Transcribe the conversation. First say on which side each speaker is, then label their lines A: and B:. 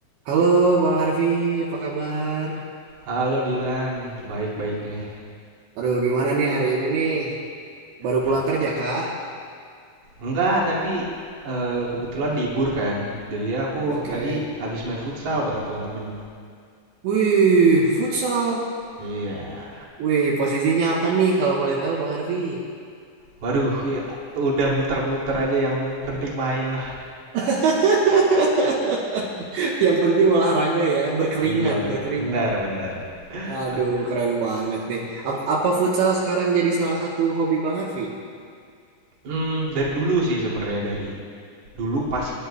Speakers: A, on the right (about 75°); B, on the right (about 45°).
A: Halo Bang Harvey, apa kabar?
B: Halo Dilan, baik-baik nih.
A: Aduh, gimana nih hari ini nih? Baru
B: Ta-
A: pulang kerja kah?
B: Enggak, tadi eh, kebetulan libur kan. Jadi ya aku
A: Oke.
B: tadi habis main futsal bareng teman-teman.
A: Wih, futsal.
B: Iya.
A: Wih, posisinya apa nih kalau boleh tahu Bang Harvey?
B: Waduh, ya, udah muter-muter aja yang penting main lah.
A: <laughs> Yang penting olahraga ya, berkeringat,
B: Iya,
A: berkeringat.
B: benar, benar.
A: Aduh,
B: Ka-
A: keren banget nih. Ap- Apa futsal sekarang jadi salah satu hobi Bang Harvey?
B: Hmm, dari dulu sih sebenarnya dari dulu pas